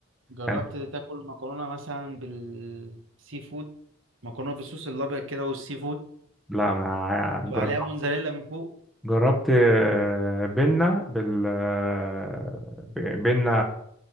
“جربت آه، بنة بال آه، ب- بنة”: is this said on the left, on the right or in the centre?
Centre